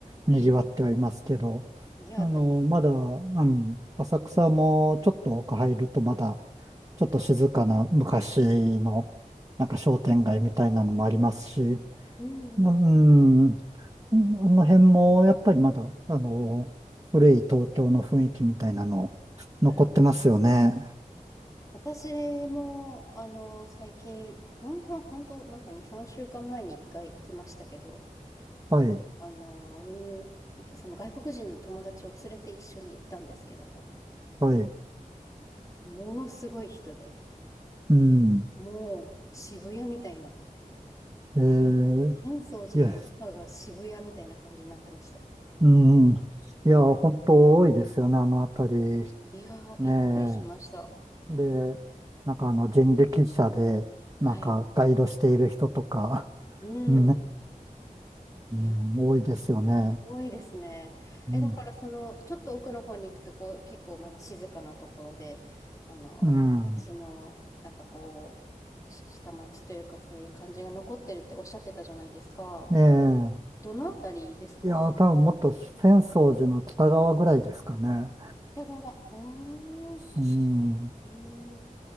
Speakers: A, on the right; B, on the left.
A: 賑わってはいますけど、
B: うん。賑わってますね。
A: あのーまだ、うん、浅草もちょっと奥入るとまだ、ちょっと静かな昔の、なんか商店街みたいなのもありますし、
B: うんうんうん。
A: うん、うんあの辺も、やっぱりまだ、あの、古い東京の雰囲気みたいなの、残ってますよね。
B: あー、私も、あの、最近、ほんの、ほんと、なんか2、3週間前に1回行きましたけど、
A: はい、
B: あの、うんその外国人の友達を連れて一緒に行ったんですけどね、
A: はい。
B: ものすごい人で、
A: うん。
B: もう渋谷みたいな、
A: えー、
B: 浅草寺の中が渋谷みたいな感じになってました。
A: いや、うん。いや、
B: うん
A: 本当多いですよね、あの辺り。
B: いやー、
A: ね
B: びっくりしました。
A: え。で、なんかあの、人力車で、
B: はい。
A: なんかガイドしている人とか、
B: うん。
A: ねえ、うん、
B: いや、
A: 多いですよね。
B: うん多いですね。
A: うん。
B: え、だからその、ちょっと奥の方に行くと、こう、結構まだ静かなところで、あの、
A: うん。
B: 私の、なんかこう、し下町というか、そういう感じが残ってるっておっしゃってたじゃないですか。
A: ええ。
B: どのあたりですか
A: いや、多分もっと浅草寺の北側ぐらいですかね。
B: 北側。おー、
A: うん、
B: えー、